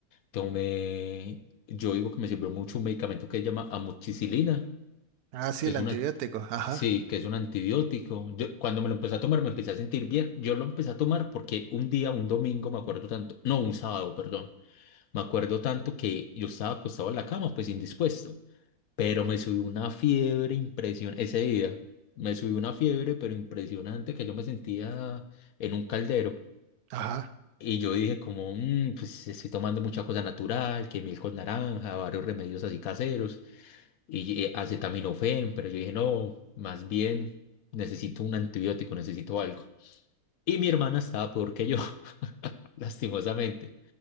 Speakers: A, on the left; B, on the right.
A: Tomé, yo digo que me sirvió mucho un medicamento que se llama amoxicilina,
B: Ah, sí,
A: que
B: el
A: es
B: antibiótico.
A: un, al-
B: Ajá,
A: Sí, que es un antibiótico. Yo, cuando me lo empecé a tomar me empecé a sentir bien. Yo lo empecé a tomar porque un día, un domingo, me acuerdo tanto, no, un sábado, perdón, me acuerdo tanto que yo estaba acostado en la cama, pues indispuesto, pero me subió una fiebre impresionante ese día. Me subió una fiebre, pero impresionante, que yo me sentía en un caldero.
B: ajá.
A: Y yo dije como, "Mm, pues estoy tomando mucha cosa natural, que miel con naranja, varios remedios así caseros y eh, acetaminofén, pero yo dije, no, más bien necesito un antibiótico, necesito algo. Y mi hermana estaba peor que yo, <laughs> lastimosamente.